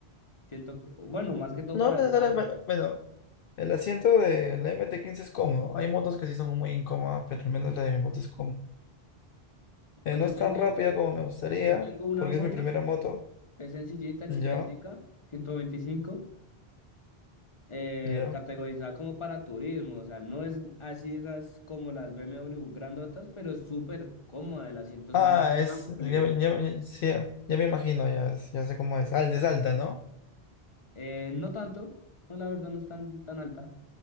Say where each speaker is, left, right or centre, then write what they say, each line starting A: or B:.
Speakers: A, on the left; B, on the left.
A: Siento, que- bueno, más que todo
B: No
A: para
B: necesariamente,
A: el pato.
B: bueno, bueno, El asiento de del mt quince es cómodo. Hay motos que sí son muy incómodas, pero al menos la de mi moto es cómoda. Eh,
A: Pues
B: no
A: yo
B: es
A: tengo,
B: tan rápida como me gustaría,
A: yo tengo una
B: porque
A: Honda,
B: es mi primera moto.
A: es sencillita, chiquitica,
B: Ya,
A: ciento veinticinco eh,
B: ya.
A: categorizada como para turismo, o sea, no es así esas como las BMW grandotas, pero es súper cómoda, el asiento es
B: Ah,
A: muy
B: es.
A: amplio.
B: Ya, ya ya me- sí, ya me imagino, ya, es- ya sé cómo es. Ah, es alta, ¿no?
A: Eh, no tanto, no, la verdad no es tan, tan alta.